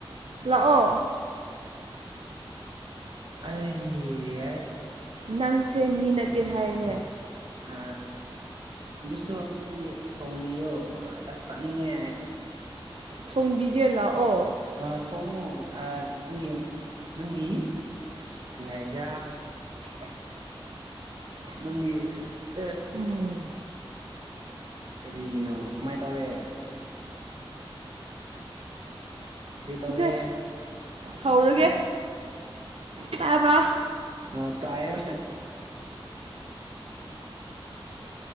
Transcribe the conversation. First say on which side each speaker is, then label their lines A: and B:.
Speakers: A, on the right; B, on the right.
A: ꯂꯥꯛꯑꯣ
B: ꯑꯩ ꯌꯥꯔꯦ
A: ꯅꯪꯁꯦ ꯃꯤ ꯅꯠꯇꯦ ꯍꯥꯏꯌꯦꯅꯦ
B: ꯑ ꯑꯗꯨꯁꯨ ꯍꯧꯖꯤꯛꯇꯤ ꯊꯣꯡꯕꯤꯌꯣ ꯆꯥꯛ ꯆꯥꯅꯤꯡꯉꯦ
A: ꯊꯣꯡꯕꯤꯒꯦ ꯂꯥꯛꯑꯣ
B: ꯑ ꯊꯣꯡꯉꯣ ꯑ ꯅꯪꯒꯤ ꯅꯪꯒꯤ ꯀꯩ ꯍꯥꯏꯖꯤꯔ ꯅꯪꯒꯤ ꯑꯦ
A: ꯑꯪ
B: ꯀꯔꯤꯒꯤꯅꯣ ꯀꯃꯥꯏ ꯇꯧꯔꯦ ꯀꯔꯤ ꯇꯧꯔꯦ
A: ꯇꯨꯁꯦ ꯍꯧꯔꯒꯦ ꯇꯥꯕ꯭ꯔꯥ
B: ꯑ ꯇꯌꯦ